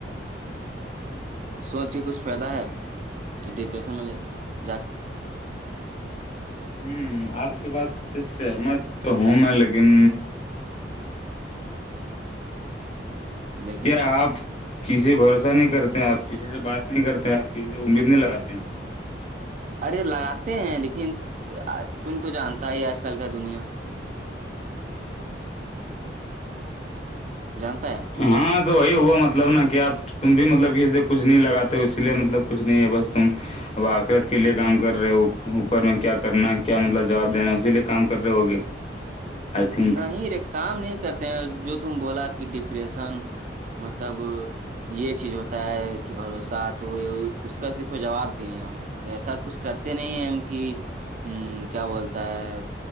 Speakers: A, on the right; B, on the left.
A: سوچ کے کچھ فائدہ ہے ڈپریشن میں جا کے
B: ہوں آپ کے بات سہمت تو ہوں میں لیکن
A: لیکن
B: کیا آپ کسی سے بھروسہ نہیں کرتے ہیں آپ کسی سے بات نہیں کرتے ہیں آپ کسی سے امید نہیں لگاتے ہیں
A: ارے لگاتے ہیں لیکن تم تو جانتا ہی آج کل کا دنیا جانتا ہے نا
B: ہاں تو وہی ہوا مطلب نا کہ آپ تم بھی مطلب کہے کچھ نہیں لگاتے ہو اسی لیے مطلب کچھ نہیں ہے بس تم اب آخرت کے لیے کام کر رہے ہو اوپر میں کیا کرنا ہے کیا مطلب جواب دینا اسی لیے کام کر رہے ہوگے
A: <inaudible>
B: آئی تھنک
A: نہیں رے کام نہیں کرتے ہیں جو تم بولا کہ ڈپریشن مطلب یہ چیز ہوتا ہے کہ بھروسہ تو یہ اس کا صرف جواب دیے ہیں ہم وسا کچھ کرتے نہیں ہم کی ہ کیا بولتا ہے